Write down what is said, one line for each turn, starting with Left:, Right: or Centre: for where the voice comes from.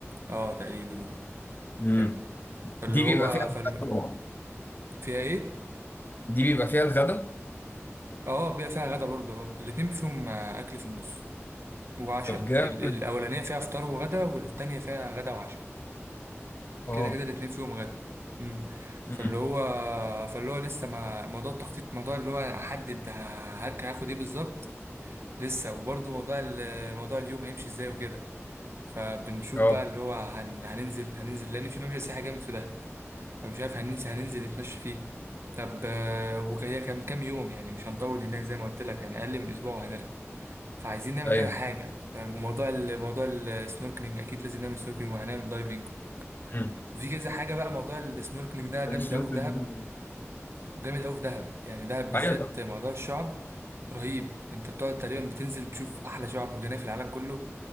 Right: اه تقريبا اه
Left: امم
Right: فاهم؟ فاللي
Left: دي
Right: هو
Left: بيبقى فيها
Right: فال...
Left: الغدا طبعا
Right: فيها ايه؟
Left: دي بيبقى فيها الغدا
Right: اه بيبقى فيها غدا برضه اه الاتنين فيهم آه، أكل في النص وعشاء
Left: طب جامد
Right: ال- الأولانية
Left: ده.
Right: فيها فطار وغدا والتانية فيها غدا وعشاء
Left: اه
Right: كده كده الاتنين فيهم غدا امم فاللي
Left: امم
Right: هو فاللي هو لسه ما موضوع التخطيط موضوع اللي هو احدد ه- هركب هاخد ايه بالظبط لسه وبرضه موضوع ال- موضوع اليوم هيمشي ازاي وكده فبنشوف
Left: اه
Right: بقى اللي هو هن... هننزل هننزل لان في ممشى سياحي جامد في دهب فمش عارف هننزل هننزل نتمشى فيه طب آه، وهي كام كام يوم يعني مش هنطول هناك زي ما قلت لك يعني اقل من اسبوع وهنرجع فعايزين نعمل
Left: ايوه
Right: كده حاجه فاهم؟ وموضوع ال- موضوع السنوركلينج اكيد لازم نعمل سنوركلينج وهنعمل دايفنج
Left: امم
Right: وفي كذا حاجه بقى موضوع السنوركلينج ده جامد
Left: السلوت
Right: قوي في دهب
Left: ال-
Right: وجامد قوي في دهب يعني دهب بالذات
Left: ايوه طب
Right: موضوع الشعب رهيب انت بتقعد تقريبا بتنزل تشوف احلى شعب مرجانيه في العالم كله